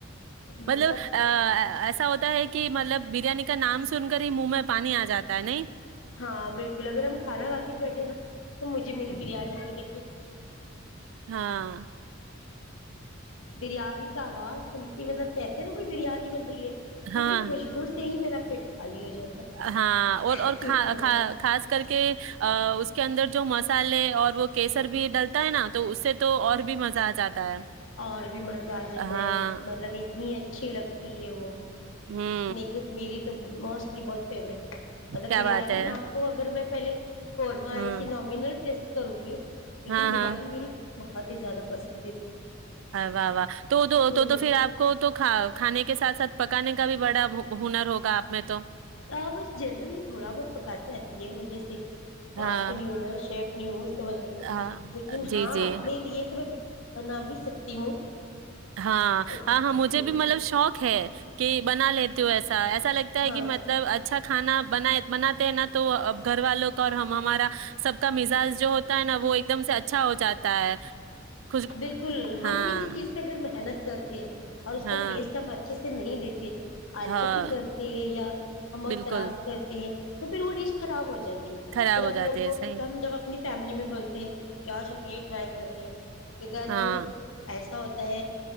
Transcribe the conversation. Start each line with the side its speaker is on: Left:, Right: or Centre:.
Left: ہ
Right: مطلب
Left: تب
Right: ایسا ہوتا ہے کہ مطلب بریانی کا نام سن کر ہی منہ میں پانی آ جاتا ہے نہیں
Left: ہاں بالکل اگر ہم کھانا کھا کے بیٹھے نا تو مجھے میری بریانی پہ دیکھے
Right: ہاں
Left: بریانی کا آواز سن کے مطلب کہتے ہیں نا کوئی بریانی بن رہی ہے ت
Right: ہاں
Left: خوشبو سے ہی میرا پٹ کالی ہو جاتا ہے
Right: ہاں اور اور
Left: اتنا
Right: خاص کر کے اس کے اندر جو مسالے اور وہ کیسر بھی ڈلتا ہے نا تو اس سے تو اور بھی مزہ آ جاتا ہے
Left: اور بھی مزہ آ جاتا
Right: ہاں
Left: ہے مطلب اتنی اچ اچھی لگتی ہے وہ
Right: ہوں
Left: ن میری تو م اپنی بہت فیوریٹ مطلب
Right: کیا
Left: بریانی
Right: بات ہے
Left: نام کو اگر میں پہلے قورما
Right: ہوں
Left: ہے اس نامنل ٹیسٹ کروں گی لیکن
Right: ہاں
Left: بریانی
Right: ہاں
Left: میری بہت ہی زیادہ پسند
Right: واہ واہ تو تو
Left: ہے
Right: تو تو پھر آپ کو تو کا کھانے کے ساتھ ساتھ پکانے کا بھی بڑا ہنر ہوگا آپ میں تو
Left: ہ بس جنرلی تھوڑا بہت پکاتی آتی ہے مجھے سے فاسٹ
Right: ہاں
Left: نہیںی ہو ہے شف نیوز بنانے میں
Right: ہاں
Left: لیکن
Right: جی
Left: ہاں
Right: جی
Left: اپنے لیے تو میں بنا ہی سکتی ہوں
Right: ہاں
Left: بالکل
Right: ہاں ہاں مجھے بھی مطلب شوق ہے <inaudible> کہ بنا لیتی ہوں ایسا ایسا لگتا ہے
Left: ہاں
Right: کہ مطلب اچھا کھانا بن بناتے ہیں نا تو گھر والوں کا اور ہم ہمارا سب کا مزاج جو ہوتا ہے نا وہ ایک دم سے اچھا ہو جاتا ہے خوش
Left: بالکل ہم
Right: ہاں
Left: کسی چیز پہ اگر محنت کرتے اور اس کا
Right: ہاں
Left: ٹیسٹ ہم اچھے سے نہیں دیتی اللکسی
Right: ہاں
Left: کرتے ہیں یا ہم اور
Right: بالکل
Left: ترااز کرتے ہیں تو پھر وہ ڈیش خراب ہو جاتی
Right: خراب
Left: پھر
Right: ہو
Left: اب
Right: جاتے
Left: لوگ وہ
Right: ہے صحیح
Left: ہم جب اپنی فیملی میں بولتے ہیں کہ آج ہم یہ ٹرائی کر رہے ہیں کدھر
Right: ہاں
Left: ن ای ہوتا ہے